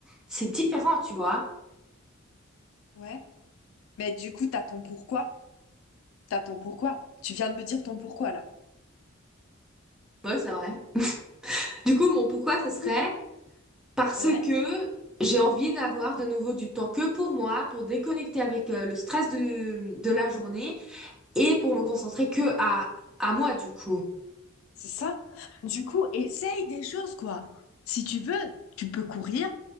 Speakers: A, in the centre; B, on the left (about 75°).
A: c'est différent, tu vois.
B: Ouais. Mais du coup, t'as ton pourquoi. T'as ton pourquoi. Tu viens de me dire ton pourquoi, là.
A: Ouais, c'est vrai. Du coup, mon pourquoi ce
B: Du
A: serait
B: coup,
A: parce
B: Ouais.
A: que j'ai envie d'avoir de nouveau du temps que pour moi, pour déconnecter avec euh, le stress de, de la journée et pour me concentrer que à, à moi, du coup.
B: c'est ça. Du coup, essaye des choses, quoi. Si tu veux, tu peux courir.